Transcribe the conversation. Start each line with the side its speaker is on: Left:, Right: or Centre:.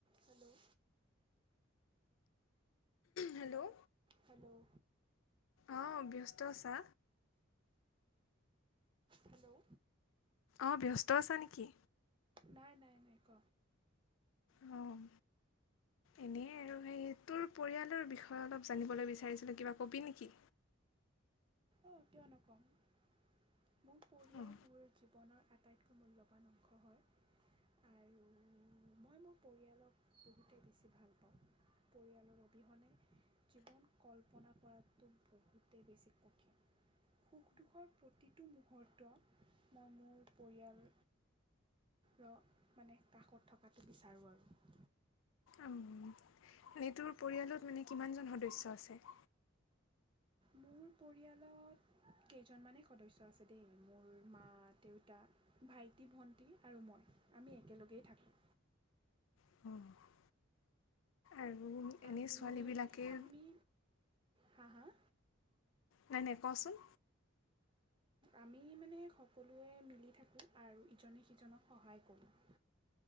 Right: Hello
Left: hello
Right: hello
Left: অ' ব্যস্ত আছা?
Right: হেল্ল'
Left: অ'ব্যস্ত আছা নেকি?
Right: নাই, নাই, নাই ক'?
Left: অ', এনেই আৰু সেই তোৰ পৰিয়ালৰ বিষয়ে অলপ জানিবলৈ বিচাৰিছিলোঁ কিবা কবি নেকি?
Right: অ' কিয় নকম মোৰ পৰিয়াল
Left: অঁ
Right: মোৰ জীৱনৰ আটা আটাইতকৈ মূল্যৱান অংশ হয় আৰু মই মোৰ পৰিয়ালক বহুতেই বেছি ভাল পাওঁ। পৰিয়ালৰ অবিহনে জীৱন কল্পনা কৰাটো বহুতেই বেছি কঠিন। সুখ-দুখৰ প্ৰতিটো মূহুৰ্ত মই মোৰ পৰিয়াল ৰ মানে কাষত থকাটো বিচাৰোঁ আৰু।
Left: আম এনে তোৰ পৰিয়ালত মানে কিমানজন সদস্য আছে?
Right: মোৰ পৰিয়ালত কেইজনমানেই সদস্য আছে দেই মোৰ মা, দেউতা ভাইটি, ভণ্টি আৰু মই আমি একেলগেই থাকোঁ।
Left: অ'! আৰু এনেই
Right: আমি
Left: ছোৱালীবিলাকে
Right: আমি হা' হা'?
Left: নাই নাই, কচোন!
Right: আমি মানে সকলোৱে মিলি থাকোঁ আৰু ইজনে-সিজনক সহায় কৰোঁ।